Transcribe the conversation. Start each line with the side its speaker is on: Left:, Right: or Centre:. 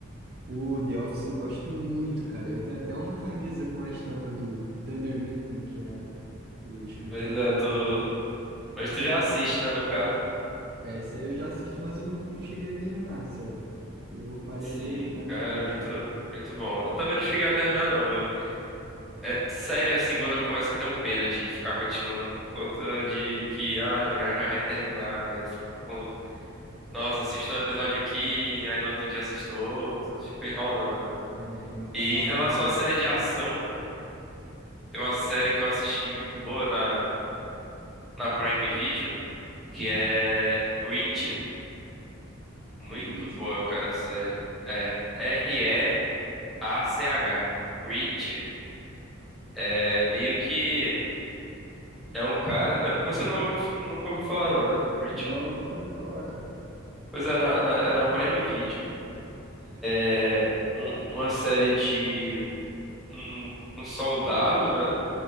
Right: O The Office eu gosto muito, cara. Eu tenho até uma camisa com a estampa do Dunder Mifflin, que é o escritório
Centre: Pois é,
Right: deles
Centre: tu.
Right: lá.
Centre: Mas tu já assiste, né, no caso?
Right: É, isso aí eu já assisto, mas eu não, não cheguei a terminar, sério. Eu parei
Centre: Sim,
Right: ali na metade.
Centre: cara, muito, muito bom. Eu também não cheguei a terminar, não. Eu, é sério, assim, quando eu começo a ter um pena de ficar continuando por conta de que, ah, já já vai terminar. Eu fico com. Nossa, assisto um episódio aqui, aí no outro dia assisto outro, fico enrolando, né?
Right: É, pra marcar
Centre: E
Right: a barra.
Centre: em relação à série de ação. Tem uma série que eu assisti muito boa na, na Prime Video, que é Reacher. Muito
Right: Richard.
Centre: boa, cara, a série. É R-E-A-C-H. Reacher. É meio que é um cara. eu- Você não ouviu, nunca ouviu falar, não, né? Reacher.
Right: Não, nunca ouvi falar, cara.
Centre: Pois é, na, na- é na Prime Video. É um- uma série de um, um soldado, né?